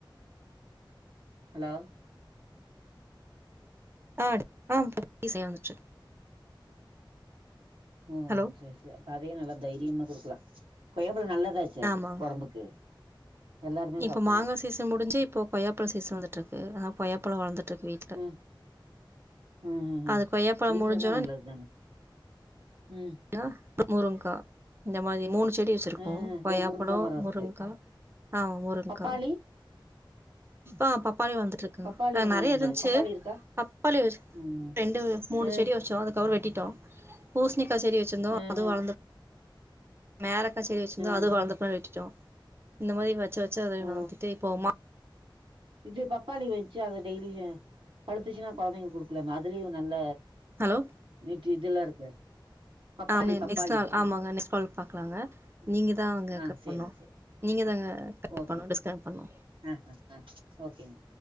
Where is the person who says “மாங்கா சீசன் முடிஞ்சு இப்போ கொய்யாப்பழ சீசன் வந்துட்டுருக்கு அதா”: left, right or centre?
Right